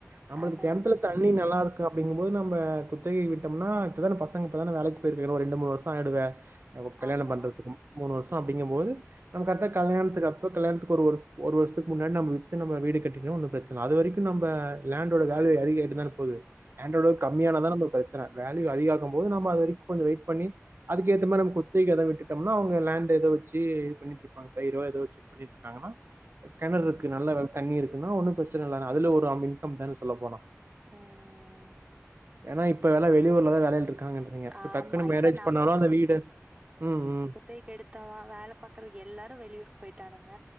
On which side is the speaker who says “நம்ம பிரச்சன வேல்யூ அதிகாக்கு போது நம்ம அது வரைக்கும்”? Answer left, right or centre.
Right